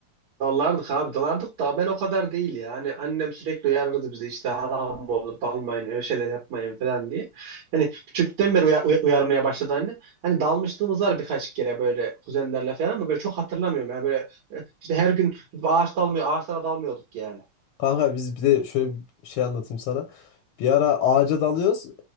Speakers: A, on the right; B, on the left.
A: Dalardık abi dalardık da ben o kadar değil ya. Hani annem sürekli uyarırdı bizi işte haram olur dalmayın öyle şeyler yapmayın falan diye. Hani küçüklükten beri uya- uya- uyarmaya başladı anne. Hani dalmışlığımız var birkaç kere böyle kuzenlerle falan ama böyle çok hatırlamıyorum. Yani böyle e, işte her gün ağaç dalmıyor ağaçlara dalmıyorduk yani.
B: Kanka biz bir de şöyle bir şey anlatayım sana. Bir ara ağaca dalıyoruz.